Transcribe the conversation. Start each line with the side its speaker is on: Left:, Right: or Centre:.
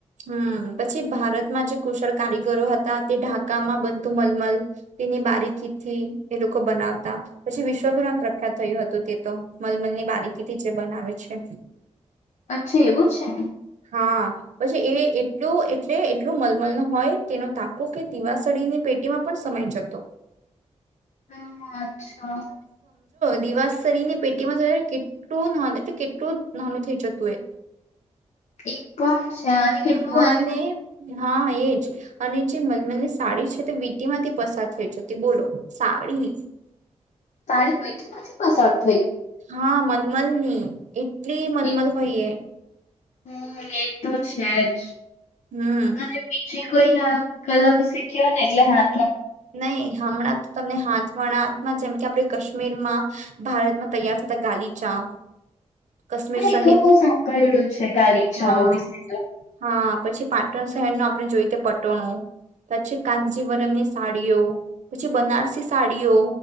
Right: હમ પછી ભારતમાં જે કુશળ કારીગરો હતા તે ઢાકામાં બનતું મલમલ તેની બારીકી થી એ લોકો બનાવતા પછી વિશ્વભરમાં પ્રખ્યાત થયું હતું તે તો મલમલ ની બારી થી જે બનાવે છે.
Left: અચ્છા એવું. છે
Right: હા. પછી એ એટલું એટલે એટલું મલમલનુ હોય કેનો તાકો કે દીવાસળીની પેટીમાં પણ સમા ઈ જતો.
Left: હા અચ્છા.
Right: દીવાસળી પેટીમાં જાણે કેટલું નોંધ કે-કેટલું નોનું થઇ જતું એ.
Left: એક પણ છે અને કેટલું
Right: હા
Left: એમ
Right: અને હા એજ અને જે મલમલનિ સાડી છે તે વીટી માંથી પસાર થઈ જતી બોલો સા <unintelligible>
Left: સાડી વિટી માંથી પસાર થઈ
Right: હા મલમલની એટલી મલમલ
Left: એ
Right: હોયએ
Left: હમ એ તો છે જ.
Right: હમ્મ.
Left: અને બીજી કોઈ હસ્તકલા વિશે ક્યો ને એટલે હા
Right: નહી હમણાં તો તમને હાથ વણાટમા જેમ કે આપડે કશ મીરમા ભારતમાં તૈયાર થતા ગાલીચા. કાશ્મીર
Left: હા
Right: સહિત
Left: એ તો બઉ સાંભળ્યું છે ગાલીચાઓ
Right: હા
Left: વિશે તો
Right: હા પછી પાટણ શહેરના આપડણે જોઈએ કે પટોણું પછી કાનજીવરમની સાડીઓ પછી બનારસી સાડીઓ